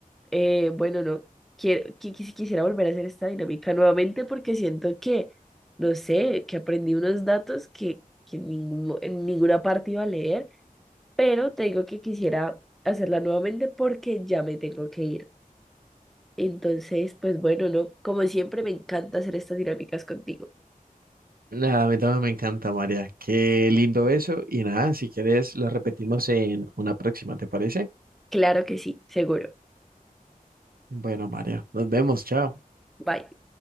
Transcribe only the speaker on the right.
Nada, a mí también me encanta, María. Qué lindo eso. Y nada, si quieres, lo repetimos en una próxima, ¿te parece?
Bueno, María, nos vemos. Chao.